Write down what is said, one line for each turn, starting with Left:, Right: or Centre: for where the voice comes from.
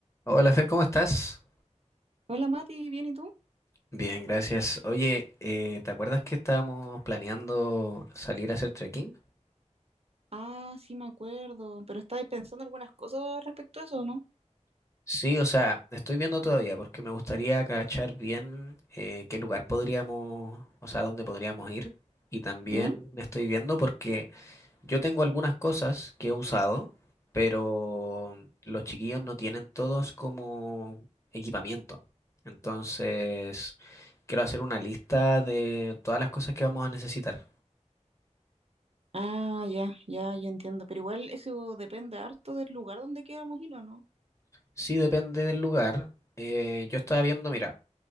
Left: Hola Fer, ¿cómo estás?
Right: Hola Mati, ¿bien y tú?
Left: Bien, gracias. Oye, eh, ¿te acuerdas que estábamos planeando salir a hacer trekking?
Right: Ah, sí me acuerdo, pero estabais pensando algunas cosas respecto a eso, ¿no?
Left: Sí, o sea, estoy viendo todavía porque me gustaría cachar bien eh, qué lugar podríamos, o sea, dónde podríamos ir. Y también
Right: ¿Ya?
Left: estoy viendo porque yo tengo algunas cosas que he usado, pero los chiquillos no tienen todos como equipamiento. Entonces, quiero hacer una lista de todas las cosas que vamos a necesitar.
Right: Ah, ya, ya, ya entiendo, pero igual eso depende harto del lugar donde queramos ir o no.
Left: Sí, depende del lugar. Eh, yo estaba viendo, mira,